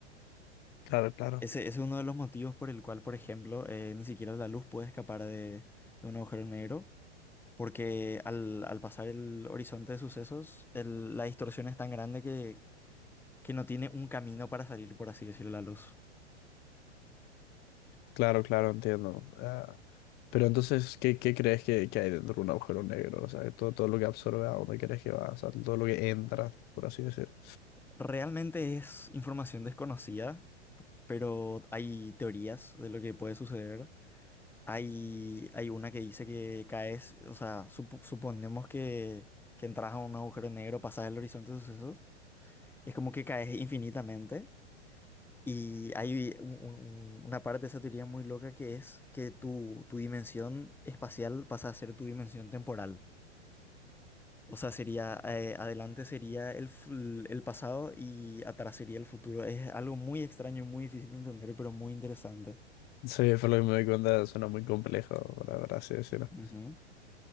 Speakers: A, on the left; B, in the centre.
A: claro, claro.
B: Ese, ese es uno de los motivos por el cual, por ejemplo, eh, ni siquiera la luz puede escapar de, de un agujero negro, porque al, al pasar el horizonte de sucesos, el- la distorsión es tan grande que, que no tiene un camino para salir, por así decirlo, la luz.
A: Claro, claro, entiendo. Ah, pero entonces, ¿qué, qué crees que, que hay dentro de un agujero negro? O sea, todo, todo lo que absorbe, ¿a dónde crees que va? O sea, todo lo que entra, por así decir.
B: Realmente es información desconocida, pero hay teorías de lo que puede suceder. Hay, hay una que dice que caes, o sea, supo- suponemos que, que entras a un agujero negro, pasas el horizonte de sucesos, es como que caes infinitamente. Y hay un- un- una parte de esa teoría muy loca que es que tu, tu dimensión espacial pasa a ser tu dimensión temporal. O sea, sería, eh, adelante sería el, fu- el pasado y atrás sería el futuro. Es algo muy extraño, y muy difícil de entender, pero muy interesante.
A: Sí, por lo que me doy cuenta, suena muy complejo, para así decirlo.
B: Ujú.